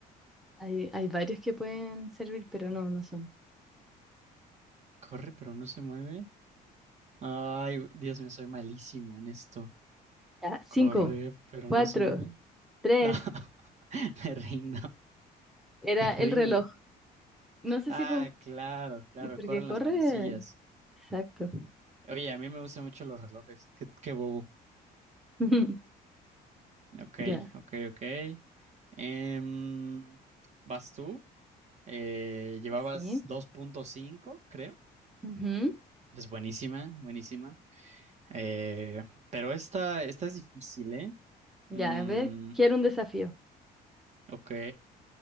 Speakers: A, in the centre; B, on the right.
A: Hay, hay varios que pueden servir, pero no, no son.
B: Corre, pero no se mueve. Ay, güey, Dios mío, soy malísimo en esto.
A: Ya, cinco,
B: Corre, pero
A: cuatro,
B: no se mueve.
A: tres.
B: No, <laughs> me rindo,
A: Era
B: me
A: el
B: rindo.
A: reloj. No sé
B: Ah,
A: si con...
B: claro, claro,
A: Porque
B: corren
A: corre...
B: las manecillas.
A: Exacto.
B: Oye, a mí me gustan mucho los relojes. Qué, qué bobo.
A: <laughs>
B: Ok,
A: Ya.
B: ok, ok. Em, ¿vas tú? Eh, llevabas
A: Sí.
B: dos punto cinco, creo.
A: ujú.
B: Es buenísima, buenísima. Eh, pero esta, esta es difícil, ¿eh?
A: Ya,
B: Mm,
A: a ver, quiero un desafío.
B: ok.